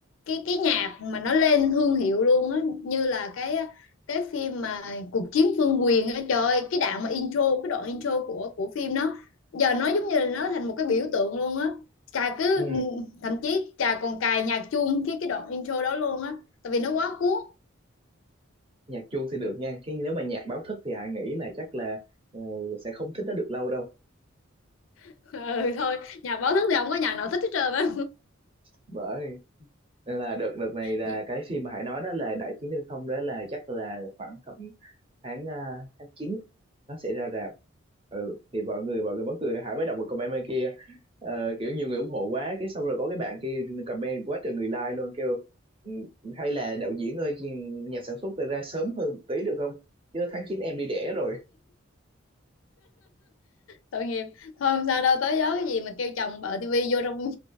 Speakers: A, on the left; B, on the right.
A: cái cái nhạc mà nó lên thương hiệu luôn á như là cái cái phim mà cuộc chiến vương quyền á trời ơi, cái đoạn mà intro cái đoạn intro của của phim đó giờ nó giống như là nó thành một cái biểu tượng luôn á Trà cứ
B: Ừ.
A: thậm chí Trà còn cài nhạc chuông cái cái đoạn intro đó luôn á tại vì nó quá cuốn
B: nhạc chuông thì được nha chứ nếu mà nhạc báo thức thì Hải nghĩ là chắc là ờ, sẽ không thích nó được lâu đâu
A: <laughs> ừ thôi nhạc báo thức thì không có nhạc nào thích hết trơn á
B: bởi nên là đợt đợt này là
A: <laughs>
B: cái phim mà Hải nói đó là Đại Chiến Thiên Không đó là chắc là khoảng tầm tháng à, tháng 9 nó sẽ ra rạp ừ thì mọi người mọi người mắc cười Hải mới đọc một comment bên kia ờ, kiểu nhiều người ủng hộ quá cái xong rồi có cái bạn kia comment quá trời người like luôn kêu "Ừ, hay là đạo diễn ơi nhà sản xuất ra sớm hơn một tí được không chứ tháng 9 em đi đẻ rồi
A: tội nghiệp thôi không sao đâu tới gió cái gì mà kêu chồng bợ tivi vô trong